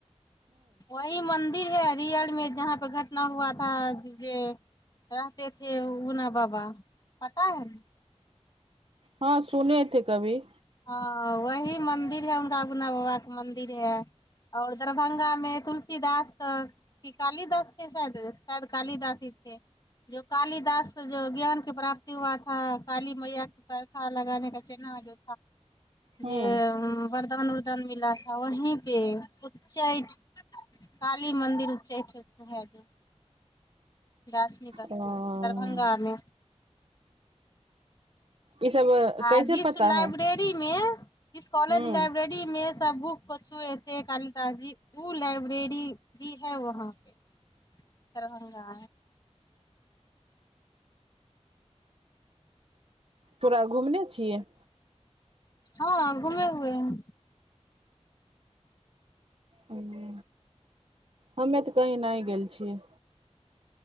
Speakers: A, on the left; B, on the right.
A: वह म मन्दिर है रियल मे जहाँ पे घटना हुआ थ जे रहतेथे उना बाबा पता है ने
B: हँ सुनेथे कभी
A: ह वही मंदिर है उनका उगना बाबा के मंदिर है और दरभंगा में तुलसीदास क कालीदासे शायद शायद कालीदास है जो कालीदास जो ज्ञान के प्राप्ति हुआ था काली मैया के करखा लगाने क चिन्हा जो
B: हूँ
A: जे वरदान उर्दान मिला थ वहीं पे उच्चैठ काली मन्दिर उच्चैठ भै जा दार्शनिक स्थल
B: ओ
A: दरभंगा मे
B: ई सब
A: आ
B: कैसे
A: जिस
B: पता
A: लाइब्रेरी
B: है
A: मे जिस कॉलेज
B: हूँ
A: लाइब्रेरी मे सब बुक पछुएथे कालिदास जी ओ लाइब्रेरी भी है वहाँ पे दरभंगा
B: पूरा घुमने छियै
A: हँ घुमे हुए हैं
B: ह हँमे तऽ कहि नहि गेल छियै